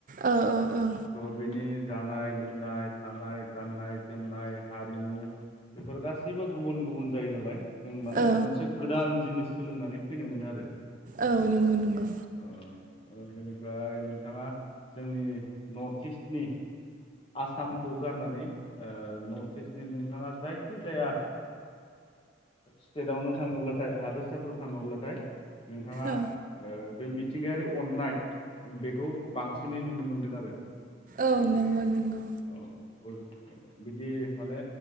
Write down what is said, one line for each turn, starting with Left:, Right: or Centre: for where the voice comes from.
Right: औ औ औ
Left: थ' बेनि जानाय लोंनाय थानाय गाननाय जोमनाय हारिमु बेफोर गाससिबो गुबुन गुबुन जायो नालाय। जों माने
Right: औ
Left: मोनसे गोदान जिनिस सोलोंनानै फैनो मोनो आरो।
Right: औ नंगौ नंगौ।
Left: ओ ओ बेनिफ्राय नोंथाङा जोंनि नर्थ इस्टनि आसामखौ गारनानै नर्थ इस्टनि नोंथाङा जायखिजाया स्टेटआवनो थाङोब्लाथाय हादोरसाफोराव थाङोब्लाथाय नोंथाङा
Right: औ
Left: बे मिथिंगायारि अननाय बेखौ बांसिनै नुनो मोनगोन आरो
Right: औ नंगौ नंगौ
Left: औ बिदि माने